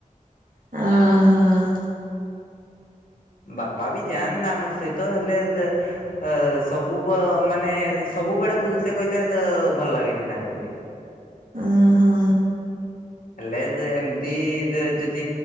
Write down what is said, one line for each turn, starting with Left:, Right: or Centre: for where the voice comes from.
Right: ଓହୋ।
Left: ବାପା ବି ଯାନ୍ ନା ଆମର ସହିତ ହେଲେ ଯେ ତ ସବୁ ବ ମାନେ ସବୁବେଳେ ବୁଲିତେ କହିଲେ ତ ଭଲ ଲାଗେନି ତାଙ୍କୁ ବି।
Right: ଓ ହୋ।
Left: ହେଲେ ଯେ ଏମିତି ଯେ ଯେଦି